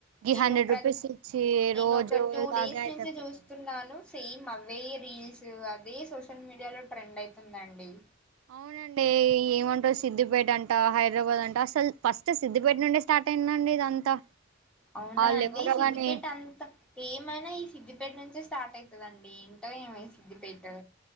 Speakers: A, on the right; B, in the centre.
A: ఈ
B: నేను
A: హండ్రెడ్
B: ప్ర
A: రూపీస్ ఇచ్చి
B: నేను
A: రోజు
B: ఒక టూ
A: లాగే
B: డేస్
A: అయిపోతది
B: నుంచి చూస్తున్నాను సేమ్ అవ్ అవే రీల్స్ అదే సోషల్ మీడియాలో ట్రెండ్ అయితుందండి.
A: అవునండి ఏమంటారు సిద్దిపేటంట హైదరాబాద్ అంట అసలు ఫస్ట్ సిద్దిపేట నుండే స్టార్ట్ అయిందండి ఇదంతా
B: అవునా
A: వాళ్ళు
B: అండి
A: ఎవరో
B: ఈ సిద్దిపేట
A: గాని
B: అంత ఏమైనా ఈ సిద్ధిపేట నుంచే స్టార్ట్ అయితదండి ఏంటో ఏమో ఈ సిద్దిపేట్